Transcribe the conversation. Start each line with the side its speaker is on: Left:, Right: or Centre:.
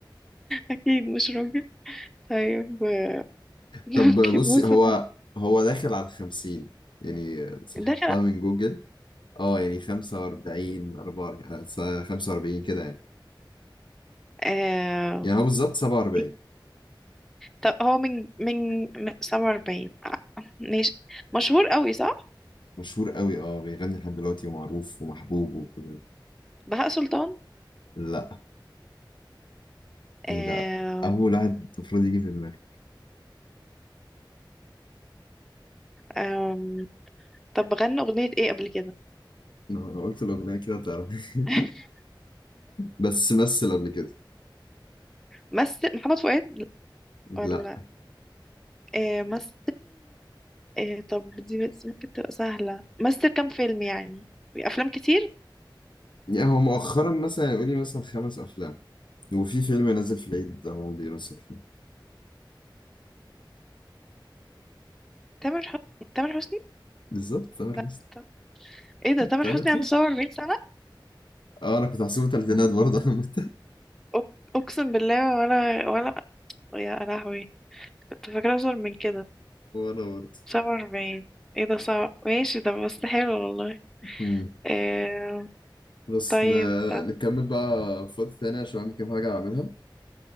Centre: أكيد مش راجل طيب آه، <laughs>
Left: طب
Centre: ممكن
Left: بصي
Centre: مثلا
Left: هو هو داخل على الخمسين يعني صححتها
Centre: دخل
Left: من جوجل اه يعني خمسة وأربعين أربعة وأربعين، خمسة وأربعين كده يعني
Centre: آه
Left: يعني هو بالظبط سبعة وأربعين
Centre: مين- طب هو من من من سبعة وأربعين آه، ماشي مشهور قوي صح
Left: مشهور قوي اه بيغني لحد دلوقتي ومعروف ومحبوب وكل
Centre: بهاء سلطان
Left: لا
Centre: آه
Left: ايه ده أول واحد المفروض يجي في دماغي
Centre: آم، طب غنى أغنية إيه قبل كده
Left: لو أنا قلت الأغنية كده هتعرف <laughs>
Centre: <laughs>
Left: بس مثل قبل كده
Centre: مثل محمد فؤاد
Left: لا
Centre: ولا آه مثل آه طب دي بس ممكن تبقى سهلة مثل كام فيلم يعني أفلام كتير
Left: يعني هو مؤخرا مثلا يقول لي مثلا خمس أفلام وفي فيلم نازل في العيد ده هو بيمثل فيه
Centre: تامر حسني تامر حسني
Left: بالظبط تامر
Centre: لا
Left: حسني
Centre: طب ايه ده تامر
Left: تمام
Centre: حسني عنده 47 سنة
Left: اه انا كنت هحسبه تلاتينات برضه <laughs>
Centre: أق- أقسم بالله ولا ولا يا لهوي كنت فاكرة أصغر من كده
Left: وانا برضه
Centre: 47 ايه ده صعب ماشي ده بس حلو والله
Left: مم.
Centre: آه
Left: بس
Centre: طيب
Left: ن- نكمل بقى في وقت تاني عشان عندي كام حاجة أعملها